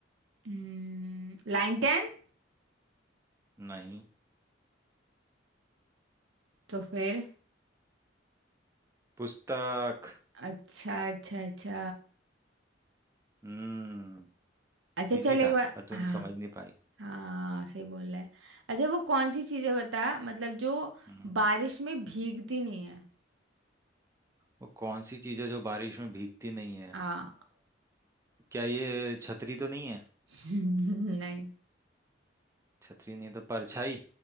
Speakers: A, on the right; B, on the right.
A: हम्म, Line ten
B: नहीं
A: तो फिर
B: पुस्तक
A: अच्छा अच्छा अच्छा
B: हम्म
A: अच्छा चल
B: इजी
A: एक
B: था
A: बार
B: पर तूने
A: हाँ
B: समझ नहीं पाई
A: हाँ सही बोल रहा है अच्छा वो कौन सी चीज़ है बता मतलब जो
B: हम्म।
A: बारिश में भीगती नहीं है
B: वो कौन सी चीज है जो बारिश में भीगती नहीं है आ,
A: हाँ
B: क्या ये छतरी तो नहीं है
A: <laughs> नहीं
B: छतरी नहीं तो परछाई